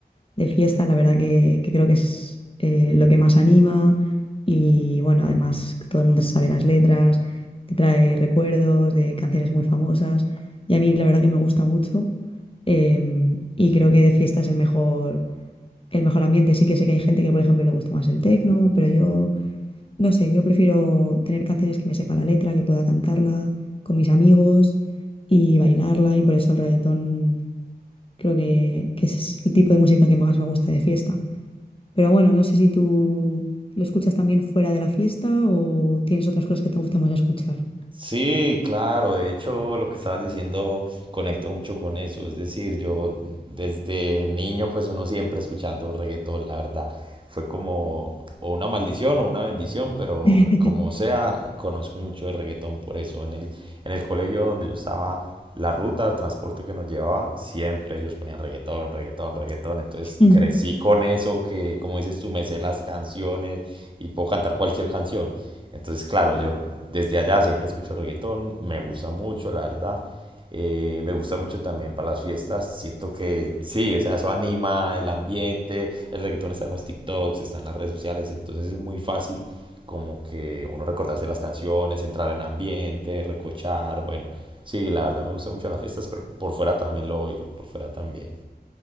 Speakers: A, on the left (about 30°); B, on the right (about 30°).
A: de fiesta, la verdad que, que creo que es eh, lo que más anima y bueno, además todo el mundo se sabe las letras, te trae recuerdos de canciones muy famosas y a mí la verdad que me gusta mucho em, y creo que de fiesta es el mejor, el mejor ambiente. Sí que sé que hay gente que, por ejemplo, le gusta más el tecno, pero yo No sé, yo prefiero tener canciones que me sepa la letra, que pueda cantarla con mis amigos y bailarla y por eso el reggaetón creo que, que es el tipo de música que más me gusta de fiesta. Pero bueno, no sé si tú lo escuchas también fuera de la fiesta o tienes otras cosas que te gusta más escuchar.
B: Sí, claro, de hecho lo que estabas diciendo conecto mucho con eso, es decir, yo desde niño pues uno siempre escuchando reggaetón, la verdad, fue como o una maldición o una bendición, pero
A: <laughs>
B: como sea, conozco mucho de reggaetón por eso, en el, en el colegio donde yo estaba, la ruta, el transporte que nos llevaba, siempre ellos ponían reggaetón, reggaetón, reggaetón, entonces
A: Mm.
B: crecí con eso, que como dices tú, me sé las canciones y puedo cantar cualquier canción. Entonces, claro, yo desde allá siempre escucho reggaetón, me gusta mucho, la verdad. Eh, me gusta mucho también para las fiestas. Siento que sí, o sea, eso anima el ambiente. El reggaetón está en los TikToks, está en las redes sociales, entonces es muy fácil como que uno recordarse las canciones, entrar en ambiente, recochar. Bueno, sí, la verdad me gusta mucho en las fiestas, pero por fuera también lo oigo, por fuera también.